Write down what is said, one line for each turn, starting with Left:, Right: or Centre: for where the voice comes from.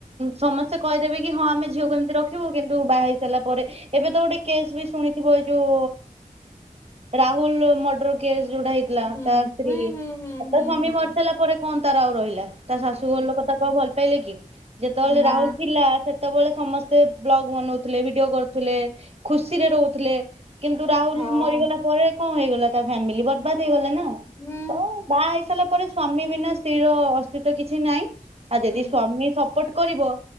Right: ସମସ୍ତେ କହିଦେବେ କି ହଁ ଆମେ ଝିଅକୁ ଏମିତି ରଖିବୁ କିନ୍ତୁ ବାହା ହେଇ ସାରିଲା ପରେ ଏବେ ତ ଗଟେ କେସ୍ ବି ଶୁଣିଥିବ ଏ ଯୋଉ ରାହୁଲ ମର୍ଡର କେସ୍ ଯୋଉଟା ହେଇଥିଲା
Left: ହୁଁ
Right: ତା ସ୍ତ୍ରୀ
Left: ହୁଁ ହୁଁ ହୁଁ ହୁଁ
Right: ତା ସ୍ଵାମୀ
Left: ହୁଁ
Right: ମରିଯାଇ ନ ମରିଲା ପରେ କଣ ତାର ଆଉ ରହିଲା? ତା ଶାଶୁ ଘର ଲୋକ ତାକୁ ଆଉ ଭଲ ପାଇଲେ କି ଯେତେବେଳେ
Left: ହୁଁ ନା
Right: ରାହୁଲ ଥିଲା ସେତ ସେତେବେଳେ ସମସ୍ତେ ପ୍ଲଗ୍ ବନାଉଥିଲେ ଭିଡିଓ କରୁଥିଲେ ଖୁସିରେ ରହୁଥିଲେ। କିନ୍ତୁ ରାହୁଲ୍
Left: ହଉ
Right: ମରିଗଲା ପରେ କଣ ହେଇଗଲା ତା ଫ୍ୟାମିଲି ବର୍ବାଦ ହେଇଗଲା ନା।
Left: ହୁଁ
Right: ତ ବାହା ହେଇସାରିଲା ପରେ ସ୍ଵାମୀ ବିନା ସ୍ତ୍ରୀ ର ଅସ୍ତିତ୍ଵ କିଛି ନାହିଁ ଆଉ ଯଦି
Left: ହୁଁ
Right: ସ୍ଵାମୀ ସବୁ ବଟ କରିବ